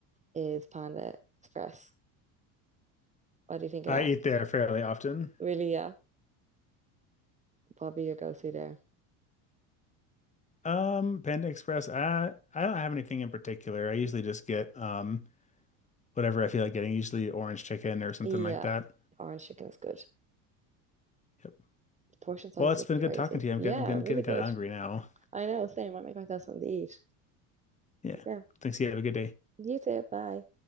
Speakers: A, on the right (about 15°); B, on the left (about 15°).
A: is Panda Express. What do you think of
B: I
A: that?
B: eat there fairly often.
A: Really? Yeah, probably your go-to there.
B: Um, Panda Express, I I don't have anything in particular. I usually just get um whatever I feel like getting, usually orange chicken or something
A: Yeah,
B: like that.
A: orange chicken is good.
B: Yep.
A: Portion sizes
B: Well, it's
A: are
B: been
A: crazy.
B: good talking to you. I'm
A: Yeah,
B: getting, I'm
A: really
B: getting
A: good.
B: kind of hungry now.
A: I know, same. I make myself something to eat.
B: Yeah.
A: But yeah.
B: Thanks. You have a good day.
A: You too. Bye.